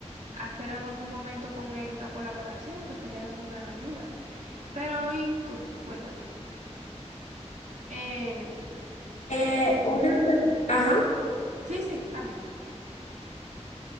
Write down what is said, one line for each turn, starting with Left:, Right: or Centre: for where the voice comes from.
Right: hacer en algún momento con él una colaboración que sería de muy gran ayuda. Pero, ¿y tú? Cuéntame. Eh,
Left: Eh, una, pre- ajá.
Right: sí, sí, habla.